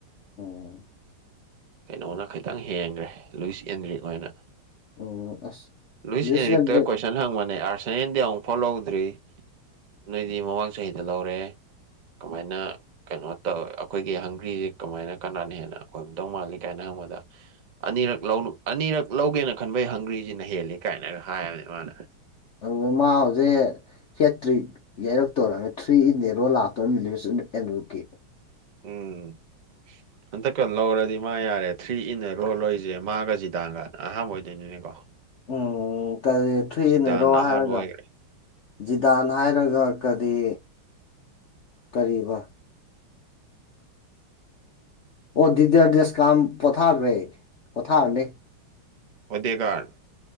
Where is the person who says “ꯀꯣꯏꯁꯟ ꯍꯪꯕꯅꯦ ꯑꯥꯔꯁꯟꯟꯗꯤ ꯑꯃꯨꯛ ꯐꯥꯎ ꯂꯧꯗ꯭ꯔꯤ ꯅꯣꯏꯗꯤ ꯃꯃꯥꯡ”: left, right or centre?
Right